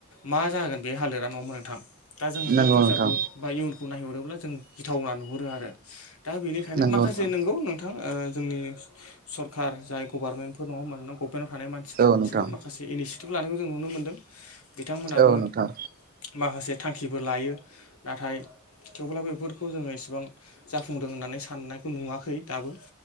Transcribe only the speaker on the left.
मा जागोन बे हालोदा न'मोन नोंथां। दा जोङो
बे फिउचसारखौ
बा इयुनखौ नायहरोब्ला जों गिथावना नुहरो आरो। दा बेनिखायनो
माखासे
नोंगौ नोंथां। जोंनि सरखारार जाय गभारनमेन्टफोर नङा मानोना गभमेन्टआव थानाय मानसिफोर
बिसोरबो माखासे इनिसिटि थिफ लानायखौ जों नुनो मोनदों बिथांमोनाबो
माखासे थांखिबो लायो नाथाय थेवब्ला बेफोरखौ जोङो इसेबां जाफुंदों होननानै साननायखौ नुवाखै दाबो।